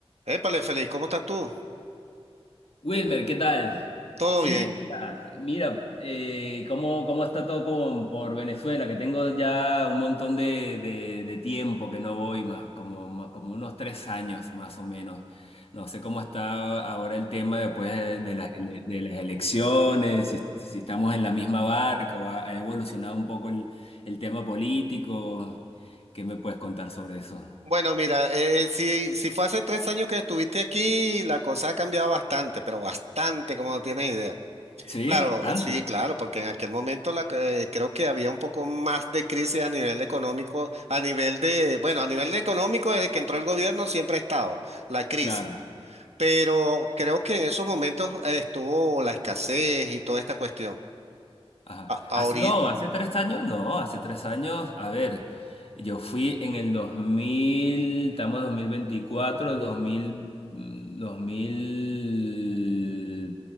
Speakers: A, on the right; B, on the left.
A: Épale, feliz, ¿cómo estás tú?
B: Wilmer, ¿qué tal?
A: Todo
B: Sí,
A: bien.
B: mira, mira, eh, cómo, cómo está todo con- por Venezuela, que tengo ya un montón de, de- de tiempo que no voy más, como, ma- como unos tres años más o menos. No sé cómo está ahora el tema después de, de las, ele- de las elecciones, si, si estamos en la misma barca o ha, ha evolucionado un poco el, el tema político. ¿Qué me puedes contar sobre eso?
A: Bueno, mira, eh, si, si fue hace tres años que estuviste aquí, la cosa ha cambiado bastante, pero bastante, como no tienes idea.
B: ¿Sí?
A: Claro,
B: ¿Tanto?
A: eh, sí, claro, porque en aquel momento la, que- eh, creo que había un poco más de crisis a nivel económico, a nivel de, bueno, a nivel de económico, desde que entró el gobierno siempre ha estado la crisis,
B: Claro.
A: pero creo que en esos momentos eh, estuvo la escasez y toda esta cuestión.
B: Ajá.
A: Ahorita
B: Hace- no, hace tres años, no, hace tres años, a ver, yo fui en el dos mil estamos 2024, 2000, mm, dos mil